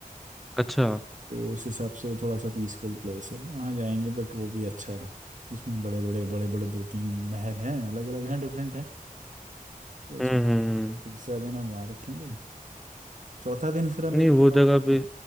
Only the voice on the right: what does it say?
तो उस हिसाब से वो थोड़ा सा पीसफुल प्लेस है वहाँ जाएंगे बट वो भी अच्छा है उसमें बड़े बड़े बड़े बड़े दो तीन महल हैं अलग अलग हैं डिफरेंट हैं वो उसमें
तो तीसरा दिन हम वहाँ रखेंगे चौथा दिन फिर हम
एक
दिन और
लेंगे